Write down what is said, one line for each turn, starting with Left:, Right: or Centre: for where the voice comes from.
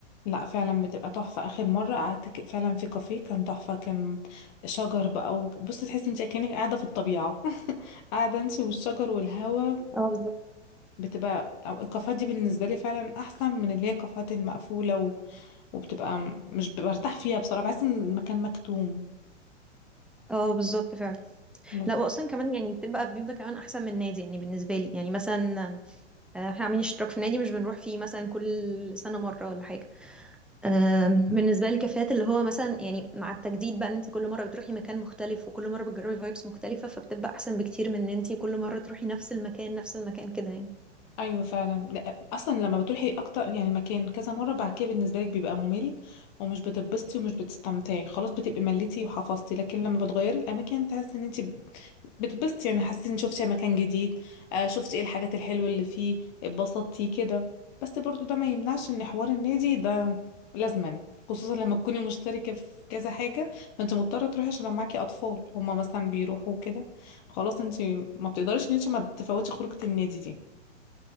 Left: لا فعلا بتبقى تحفة آخر مرة قعدت ك- فعلا في كافيه كان تحفة كان شجر بقى وبصي تحسي انت كأنك قاعدة في الطبيعة قاعدة امشي والشجر والهوا
Centre: اه بالظبط
Left: بتبقى الكافيهات دي بالنسبة لي فعلا أحسن من اللي هي الكافيهات المقفولة و... وبتبقى م- مش برتاح فيها بصراحة بحس إن المكان مكتوم
Centre: اه بالظبط فعلا
Left: لو...
Centre: لا واصلا كمان يعني بتبقى بيبقى كمان احسن من النادي يعني بالنسبه لي يعني مثلا آه، احنا عاملين اشتراك في النادي مش بنروح فيه مثلا كل سنه مره ولا حاجه آم، بالنسبه لي كفايات اللي هو مثلا يعني مع التجديد بقى ان انت كل مره بتروحي مكان مختلف وكل مره بتجربي فايبس مختلفه فبتبقى احسن بكتير من ان انت كل مره تروحي نفس المكان نفس المكان كده يعني
Left: أيوة فعلا لا، أصلا لما بتروحي أكتر يعني مكان كذا مرة بعد كده بالنسبة لك بيبقى ممل ومش بتتبسطي ومش بتستمتعي خلاص بتبقي مليتي وحفظتي لكن لما بتغيري الأماكن تحس إن انت بتبسطي يعني حسيتي ان شفتي مكان جديد آه، شفتي ايه الحاجات الحلوة اللي فيه اتبسطتي كده بس برضو ده ما يمنعش ان حوار النادي ده لازما خصوصا لما تكوني مشتركة في كذا حاجة ما انت مضطرة تروحي عشان لو معاكي اطفال هما مثلا بيروحوا كده خلاص انت ما بتقدريش ان انت ما تفوتي خروجة النادي دي